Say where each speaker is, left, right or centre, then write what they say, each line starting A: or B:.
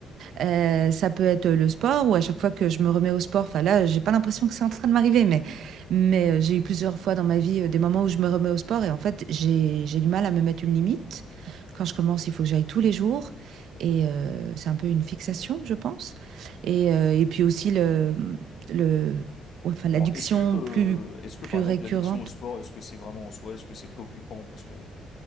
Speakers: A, on the right (about 65°); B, on the left (about 45°).
A: Euh, ça peut être le sport ou à chaque fois que je me remets au sport, enfin là, j'ai pas l'impression que c'est en train de m'arriver, mais, mais euh, j'ai eu plusieurs fois dans ma vie euh, des moments où je me remets au sport et en fait, j'ai, j'ai du mal à me mettre une limite. Quand je commence, il faut que j'aille tous les jours et euh, c'est un peu une fixation, je pense. Et, euh, et puis aussi le, le, enfin, l'addiction
B: Alors, est-ce que, euh,
A: plus,
B: est-ce que,
A: plus
B: par exemple,
A: récurrente
B: l'addiction au sport, est-ce que c'est vraiment en soi, est-ce que c'est préoccupant? Parce que,